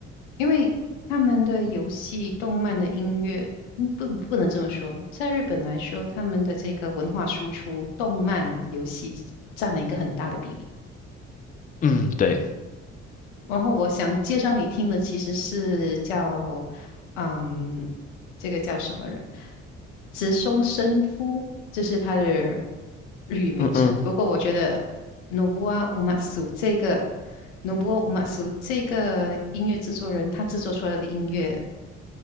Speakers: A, on the left; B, on the left.
A: 因为他们的游戏、动漫的音乐，嗯，不，不能这么说。在日本来说，他们的这个文化输出，动漫、游戏占了一个很大的比例。
B: 嗯，对，
A: 然后我想介绍你听的其实是叫，嗯，这个叫什么人？直松伸夫，这是他的 <laughs> 日语名称。
B: 嗯嗯，
A: 不过我觉得 Nobuo u m a s u 这个 Nobuo u m a s u 这个音乐制作人，他制作出来的音乐。